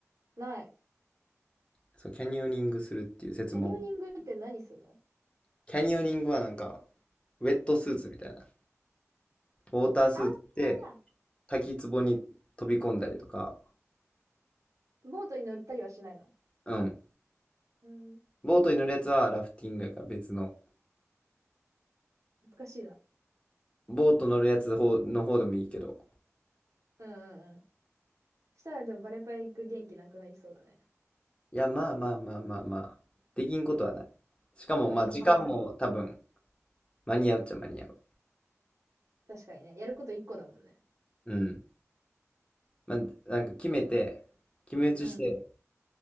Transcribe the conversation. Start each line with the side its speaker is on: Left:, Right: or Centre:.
Right: ない。
Left: そう、キャニオニングするっていう説も、
Right: キャニオニングって何するの
Left: キャニオニングはなんか、ウェットスーツみたいな、ウォータースーツで
Right: ああ
Left: 滝壺に飛び込んだりとか、
Right: ー、ボートに乗ったりはしないの
Left: うん。
Right: うん。
Left: ボートに乗るやつはラフティングやから別の、
Right: 難しいな。
Left: ボート乗るやつの方の方でもいいけど、
Right: うんうんうん。したらでもバレバレ行く元気なくなりそうだね。
Left: いや、まあまあまあまあまあ。できんことはない。しかも、
Right: まあ、
Left: まあ、
Right: できんことはない。
Left: 時間も多分、間に合うっちゃ間に合う。
Right: 確かにね。やること一個だもんね。
Left: うん。まあ、なんか決めて、決め打ちして、
Right: うん。